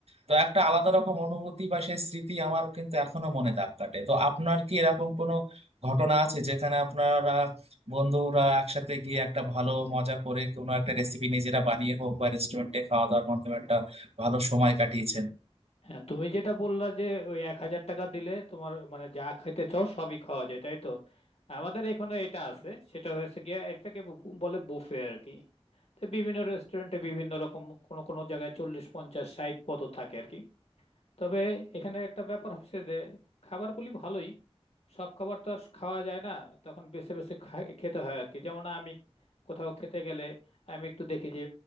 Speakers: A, on the right; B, on the left.
A: তো একটা আলাদা রকম অনুভূতি বা সেই স্মৃতি আমার কিন্তু এখনো মনে দাগ কাটে তো আপনার কি এরকম কোনো ঘটনা আছে যেখানে আপনারা বন্ধুরা একসাথে গিয়ে একটা ভালো মজা করে কোনো একটা রেসিপি নিজেরা বানিয়ে হোক বা রেস্টুরেন্টে খাওয়া দাওয়ার মাধ্যমে একটা ভালো সময় কাটিয়েছেন
B: হ্যাঁ তুমি যেটা বললা যে ওই এক হাজার টাকা দিলে তোমার মানে যা খেতে চাও সবই খাওয়া যায় তাই তো আমাদের এখানে এটা আছে সেটা হয়েছে গিয়া এটাকে বু- বলে বুফে আর কি তো বিভিন্ন রেস্টুরেন্টে বিভিন্ন রকম কোনো কোনো জায়গায় চল্লিশ পঞ্চাশ ষাট পদও থাকে আর কি তবে এখানে একটা ব্যাপার হচ্ছে যে খাবারগুলি ভালোই সব খাবার তো আর খাওয়া যায় না তখন বেছে বেছে খা- খেতে হয় আর কি যেমন আমি কোথাও খেতে গেলে আমি একটু দেখি যে